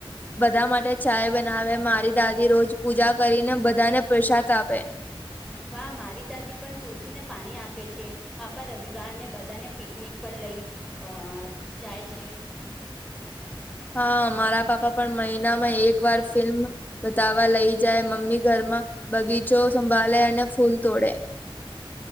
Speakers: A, on the left (about 20°); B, in the centre.
A: બધા માટે ચાય બનાવે મારી દાદી રોજ પૂજા કરીને બધાને પ્રસાદ આપે.
B: વાહ મારી દાદી પણ તુલસીને પાણી આપે છે. પાપા રવિવાર ને બધાને પિકનિક પર લઈ અ જાય છે.
A: હા મારા પાપા પણ મહિનામાં એક વાર ફિલ્મ- - બતાવવા લઈ જાય મમ્મી ઘરમાં બગીચો સંભાળે અને ફૂલ તોડે.